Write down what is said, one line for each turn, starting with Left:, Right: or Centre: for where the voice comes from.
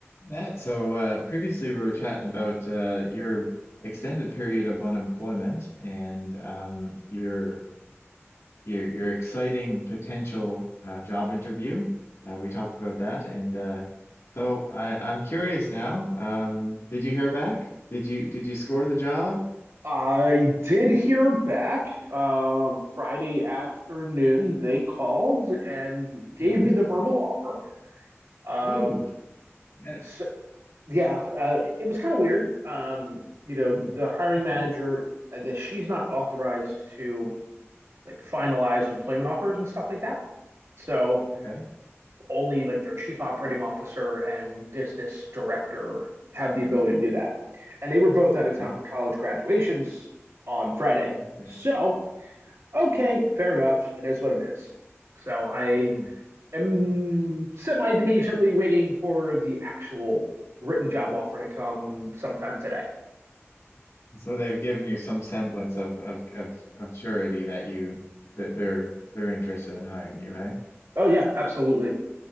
Left: Matt, so uh, previously we were chatting about uh, your extended period of unemployment and um, your your your exciting potential uh, job interview. Uh, we talked about that, and uh, so I, I'm curious now. Um, did you hear back? Did you did you score the job?
Right: I did hear back uh, Friday afternoon. They called and gave
Left: hmm
Right: me the verbal offer. Um,
Left: Ooh, yes.
Right: so yeah, uh, it was kind of weird. Um, you know,
Left: Hmm.
Right: the hiring
Left: Okay.
Right: manager, I guess she's not authorized to like finalize employment offers and stuff like that. So
Left: Okay.
Right: only like their chief operating officer and business director have the ability to do that. And they were both out of
Left: Okay.
Right: town for college graduations on Friday.
Left: Okay.
Right: So okay, fair enough. It is what it is. So I
Left: Mm-hmm.
Right: am semi patiently waiting for the actual written job offer to come sometime today.
Left: So they've given you some semblance of of of, of surety that you that they're they're interested in hiring you, hey?
Right: Oh, yeah, absolutely.